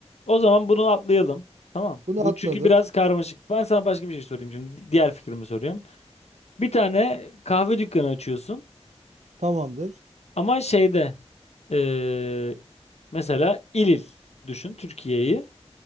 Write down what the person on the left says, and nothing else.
O zaman bunu atlayalım. Tamam.
Bu
çünkü biraz karmaşık. Ben sana başka bir şey sorayım şimdi. Diğer fikrimi soruyorum. Bir tane kahve dükkanı açıyorsun
ama şeyde eee, mesela il il düşün Türkiye'yi.